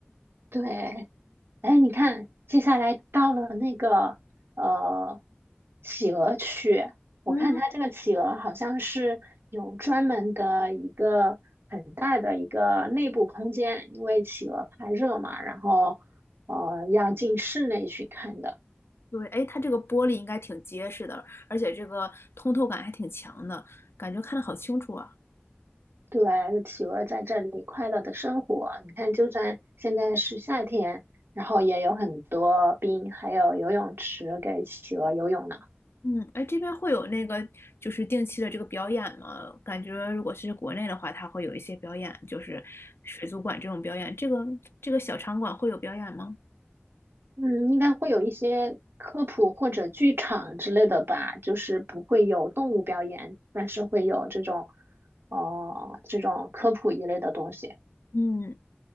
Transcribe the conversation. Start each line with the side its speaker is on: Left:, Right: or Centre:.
Right: 对，哎，你看，接下来到了那个呃企鹅区，我看它这个企鹅好像是有专门的一个很大的一个内部空间，
Left: 嗯，
Right: 因为企鹅怕热嘛，然后呃要进室内去看的。
Left: 对，哎，它这个玻璃应该挺结实的，而且这个通透感还挺强的，感觉看的好清楚啊。
Right: 对，企鹅在这里快乐的生活。你看，就算现在是夏天，然后也有很多冰，还有游泳池给企鹅游泳呢。
Left: 嗯，哎，这边会有那个就是定期的这个表演吗？感觉如果是国内的话，它会有一些表演，就是水族馆这种表演。这个这个小场馆会有表演吗？
Right: 嗯，应该会有一些科普或者剧场之类的吧，就是不会有动物表演，但是会有这种，哦、这种科普一类的东西。
Left: 嗯，